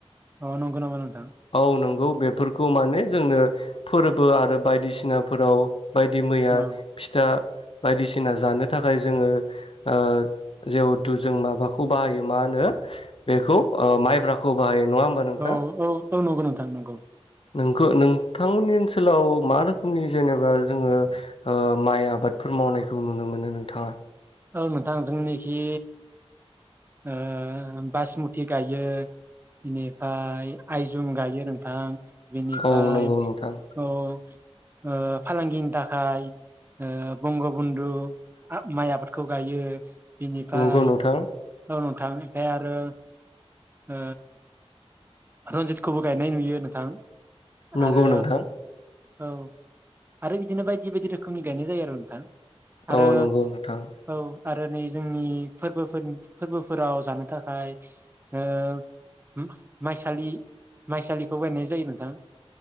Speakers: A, on the right; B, on the left.
A: अ नंगौ नामा नोंथां?
B: औ नंगौ बेफोरखौ माने जोंनो फोरबो आरो बायदिसिनाफोराव बायदि मैया
A: औ
B: फिथा बायदिसिना जानो थाखाय जोङो ओ जिहेथु जों माबाखौ बाहायो मा होनो बेखौ ओ माइब्राखौ बाहायो नङा होमबा नोंथां
A: औ औ औ नंगौ नोंथां नंगौ
B: नोंखो नोंथांमोननि ओनसोलाव मा रोखोमनि जेनेबा जोङो ओ माइ आबादफोर मावनायखौ नुनो मोनो नोंथाङा
A: औ नोंथां जोंनिखि ओ बासमुति गायो बेनिफ्राय आइजुम गायो नोंथां बेनिफाय
B: औ नंगौ नोंथां
A: औ औ ओ फालांगिनि थाखाय ओ बंग बन्धु माइ आबाद खौ गायो। बिनिफ्राय
B: नंगौ नोंथां
A: थांनिफ्राय आरो ओ रन्जितखौबो गायनाय नुयो नोंथां
B: नंगौ
A: आरो
B: नोंथां
A: औ आरो बिदिनो बायदि बायदि रोखोमनि गायनाय जायो आरो नोंथां आरो
B: औ नंगौ नोंथां
A: औ आरो नै जोंनि फोरबोफोरनि फोरबोफोराव जानो थाखाय ओ होम माइसालि माइसालिखौ गायनाय जायो नोंथां